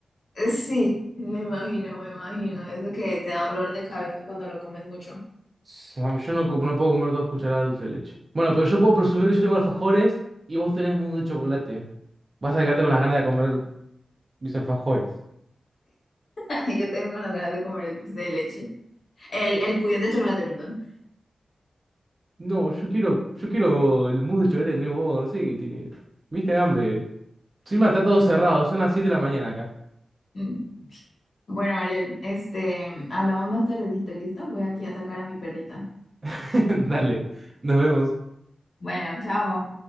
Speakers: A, on the left; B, on the right.
A: Eh, Sí, me imagino, me imagino, eso que te da dolor de cabeza cuando lo comes mucho.
B: S- Yo no, co- no puedo comer dos cucharadas de dulce de leche. Bueno, pero yo puedo presumir que yo tengo alfajores y vos tenés mousse de chocolate. Vas a quedarte con las ganas de comer mis alfajores.
A: <laughs> Y yo te dejo con las ganas de comer el dulce de leche, el, el pudín de chocolate, perdón.
B: No, yo quiero, yo quiero el mousse de chocolate que tenés vos, no sé qué tiene. ¿Viste hambre? Encima está todo cerrado, son las 7 de la mañana acá.
A: Mm. Bueno, Ariel, este, hablamos más tardecito, ¿listo? Voy aquí a sacar a mi perrita.
B: <laughs> Dale, nos vemos.
A: Bueno, chao.